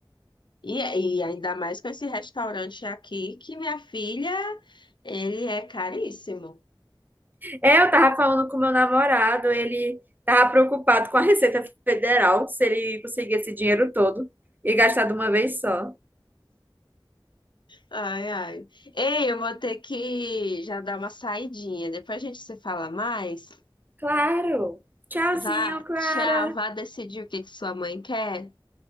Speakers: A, on the left (about 65°); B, on the right (about 20°).
A: E, e ainda mais com esse restaurante aqui, que minha filha, ele é caríssimo.
B: É, Eu tava falando com meu namorado, ele tava preocupado com a Receita Federal, se ele conseguir esse dinheiro todo e gastar de uma vez só.
A: Ai, ai. Ei, eu vou ter que já dar uma saidinha. Depois a gente se fala mais.
B: Claro. Tchauzinho,
A: Vá,
B: Clara.
A: tchau, vá decidir o que que sua mãe quer,